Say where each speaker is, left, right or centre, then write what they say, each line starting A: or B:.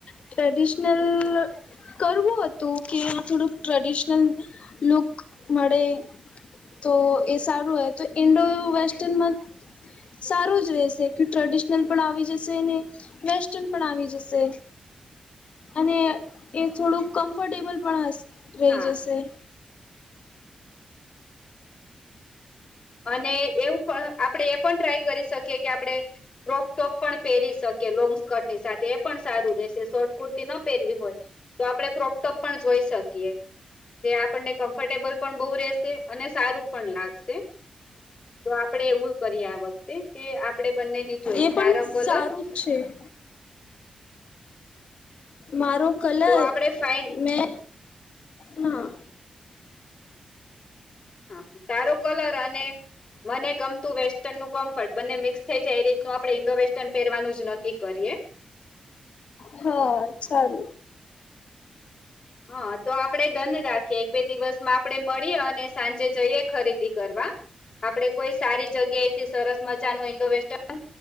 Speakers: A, on the left; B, on the left.
A: ટ્રેડિશનલ કરવું હતું કે આ થોડુંક ટ્રેડિશનલ લુક મળે તો એ સારું હોય તો ઇન્ડો વેસ્ટનમાં સારું જ રહેશે કે ટ્રેડિશ <unintelligible> પણ આવી જશે ને વેસ્ટર્ન પણ આવી જશે અને એ થોડુંક કમ્ફર્ટેબલ પણ હસ રહી
B: હા
A: જશે
B: અને એવું પણ આપણે એ પણ ટ્રાય કરી શકીએ કે આપડે ક્રોપ ટોપ પણ પહેરી શકીએ લોંગ સ્કર્ટ ની સાથે એ પણ સારું રહેશે શોર્ટ કુર્તી ન પહેરવી હોય તો આપડે ક્રોકટોપ પણ જોઈ શકીએ તે આપણને કમ્ફર્ટેબલ પણ બો રહેશે અને સારું પણ લાગશે તો આપડે એવું કરીએ આ વખતે કે આપડે બંનેની ચોઈસ
A: એ
B: તારો
A: પણ
B: <unintelligible>
A: સારું છે. મારો કલર
B: તો આપણે ફાઈન
A: મેં હા
B: હા તારો કલર અને મને ગમતું વેસ્ટર્નનું કમ્ફર્ટ બંને મિક્સ થઈ જાય એ રીતનું આપડે ઈન્ડો વેસ્ટર્ન પહેરવાનું જ નક્કી કરીએ
A: હ ચાલ
B: હ તો આપડે ડન રાખીએ એક બે દિવસમાં આપડે મળીએ અને સાંજે જઈએ ખરીદી કરવા આપડે કોઈ સારી જગ્યા એથી સરસ મજાનું ઇન્ડો વેસ્ટર્ન